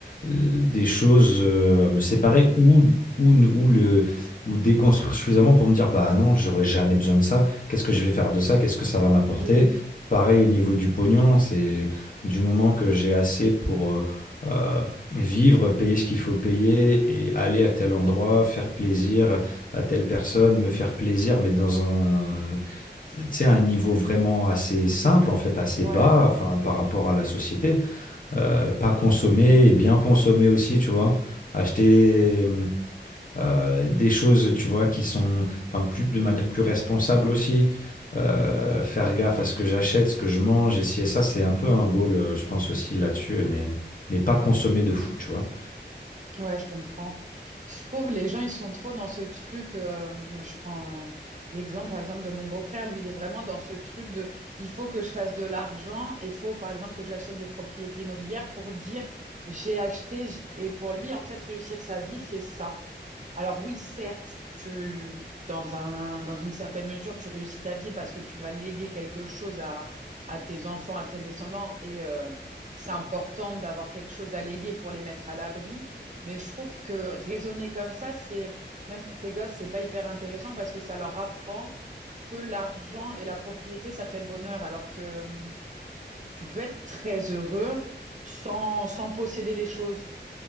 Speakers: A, on the left; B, on the right.
A: euh, des choses, euh, me séparer ou, ou, ou le, ou déconstruire suffisamment pour me dire, bah non, j'aurais jamais besoin de ça. Qu'est-ce que je vais faire de ça? Qu'est-ce que ça va m'apporter?
B: Mm.
A: Pareil au niveau du pognon, c'est du moment que j'ai assez pour euh, euh, vivre, payer ce qu'il faut payer et aller à tel endroit, faire plaisir à telle personne, me faire plaisir, mais dans un, tu sais, un niveau vraiment assez simple, en fait, assez
B: Ouais.
A: bas, enfin, par rapport à la société. Euh, pas consommer et bien consommer aussi, tu vois. Acheter. hum, euh, des choses, tu vois, qui sont, enfin, plus, de manière plus responsable aussi. Euh, faire gaffe à ce que j'achète, ce que je mange, essayer ça, c'est un peu un goal, euh, je pense aussi là-dessus, mais, mais pas consommer de fou, tu vois.
B: Ouais, je comprends. Je trouve les gens, ils sont trop dans ce truc. euh, je prends l'exemple, par exemple, de mon beau-frère. Lui, il est vraiment dans ce truc de il faut que je fasse de l'argent et il faut, par exemple, que j'achète des propriétés immobilières pour dire j'ai acheté. j- Et pour lui, en fait, réussir sa vie, c'est ça. Alors oui, certes, tu, dans un, dans une certaine mesure, tu réussis ta vie parce que tu vas léguer quelque chose à, à tes enfants, à tes descendants, et euh, c'est important d'avoir quelque chose à léguer pour les mettre à l'abri. Mais je trouve que raisonner comme ça, c'est, même pour tes gosses, c'est pas hyper intéressant parce que ça leur apprend que l'argent et la propriété, ça fait le bonheur, alors que hum, tu peux être très heureux sans, sans posséder les choses.